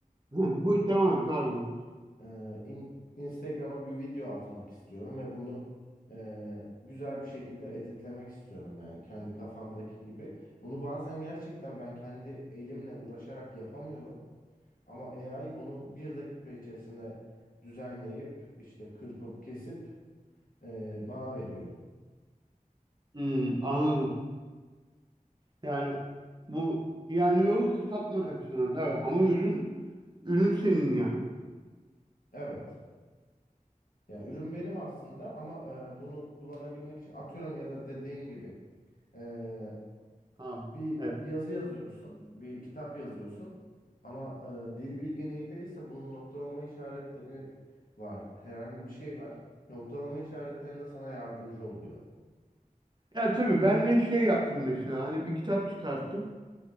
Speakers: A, on the right; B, on the left.
A: hı, bu tamam pardon.
B: e, in- Instagram'a bir video atmak istiyorum ve bunu e, güzel bir şekilde editlemek istiyorum yani kendi kafamdaki gibi. Bunu bazen gerçekten ben kendi elimle uğraşarak yapamıyorum ama AI bunu bir dakika içerisinde düzenleyip işte kırpıp kesip e, bana veriyor.
A: Hmm, anladım. Yani bu yani yolu kısaltmak açısından evet ama ürün ürün senin yani.
B: Evet. Ya ürün benim aslında ama e, bunu kullanabilmek için atıyorum ya da dediğin gibi e,
A: Ha,
B: bir
A: evet.
B: yazı yazıyorsun, bir kitap yazıyorsun ama e, dil bilgin iyi değilse bunun noktalama işaretleri var, herhangi bir şey var. Noktalama işaretlerinde sana yardımcı oluyor.
A: Ya tabii ben de şey yaptım mesela hani bir kitap çıkarttım.